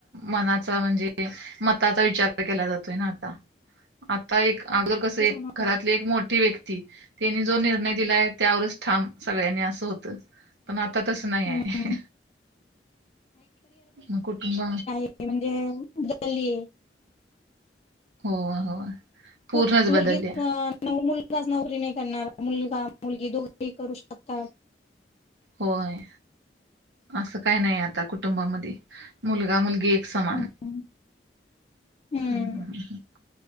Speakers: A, on the right; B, on the left.
A: मनाच म्हणजे मताचा विचार केला जातोय ना आता आता एक अगदर कसं
B: तेच,
A: एक
B: हा.
A: घरातली एक मोठी व्यक्ती त्यांनी जो निर्णय दिला आहे त्यावरच ठाम सगळ्यांनी असं होतं. पण आता तस नाही
B: हम्म.
A: आहे <inaudible> मग कुटुंब
B: ते म्हणजे गली
A: हो हो पूर्णच
B: फक्त मुलगी
A: बदलल्या.
B: अं, मुलगाच नवररी नाही करणार मुलगा मुलगी दोघेही करू शकतात.
A: होय असं काय नाही आता कुटुंबामध्ये मुलगा-मुलगी समान.
B: हम्म. हम्म.
A: हा हा हा